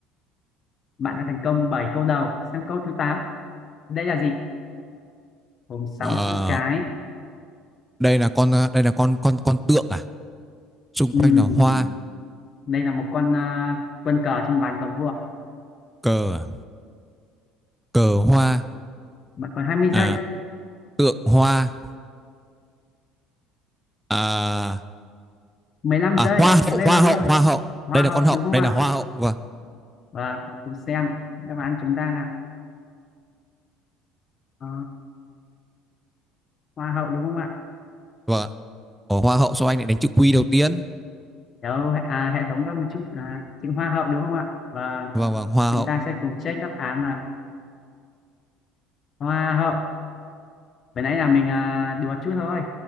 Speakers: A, on the left (about 45°); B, in the centre.
A: Bạn đã thành công 7 câu đầu. Sang câu thứ tám Đây là gì? Gồm sáu
B: Ờ,
A: chữ cái.
B: đây là con đây là con con con tượng à xung
A: Ừm,
B: quanh là hoa
A: đây là một con à, quân cờ trong bàn cờ vua.
B: cờ à? cờ hoa
A: Bạn còn 20
B: à,
A: giây,
B: tượng hoa à,
A: 15
B: à
A: giây.
B: hoa
A: Cố
B: hậu
A: lên
B: hoa
A: bạn
B: hậu
A: ơi.
B: hoa hậu
A: Hoa
B: đây là
A: hậu
B: con hậu
A: đúng không
B: đây
A: ạ?
B: là hoa hậu vâng
A: và cùng xem đáp án chúng ta là ờ, hoa hậu đúng không ạ
B: vâng ạ. Ờ, hoa hậu sao anh lại đánh chữ quy đầu tiên
A: Đâu, hệ- à, hệ thống có một chút là chữ hoa hậu đúng không ạ và
B: vâng vâng hoa
A: chúng
B: hậu
A: ta sẽ cùng check đáp án là hoa hậu vừa nãy là mình à, đùa chút thôi